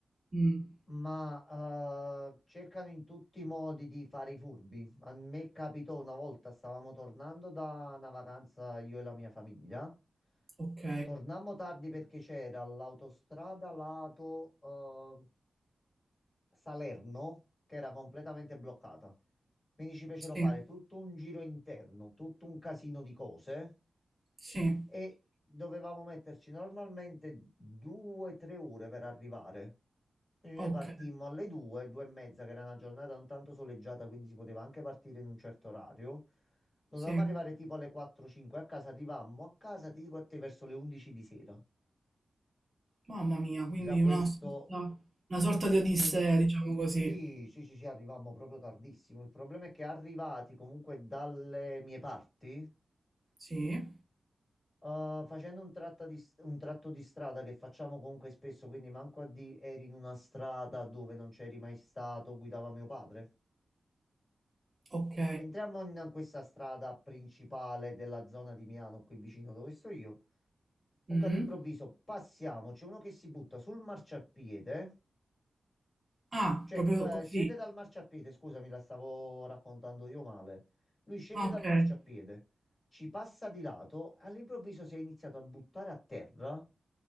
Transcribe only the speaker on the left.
ma eh, cercano in tutti i modi di fare i furbi. A me capitò una volta, stavamo tornando da una vacanza io e la mia famiglia.
Tornammo tardi perché c'era l'autostrada lato eh, Salerno che era completamente bloccata. Quindi ci fecero
fare tutto un giro interno, tutto un casino di cose.
e dovevamo metterci normalmente due o tre ore per arrivare. Quindi
noi partimmo alle due, due e mezza, che era una giornata un tanto soleggiata, quindi si poteva anche partire in un certo orario. Dovevamo
arrivare tipo alle 4-5 a casa, arrivammo a casa, ti dico a te, verso le 11 di sera.
Già questo,
un...
sì, sì, sì, sì, arrivammo proprio tardissimo. Il problema è che arrivati comunque dalle mie parti,
Uh, facendo un, tratta di s- un tratto di strada che facciamo comunque spesso, quindi manco a di eri in una strada dove non c'eri mai stato, guidava mio padre.
Entriamo in questa strada principale della zona di Milano, qui vicino dove sto io. Comunque
all'improvviso passiamo, c'è uno che si butta sul marciapiede,
cioè
p-
scende dal marciapiede, scusami, la stavo raccontando io male. Lui scende
dal
marciapiede, ci passa di lato, all'improvviso si è iniziato a buttare a terra.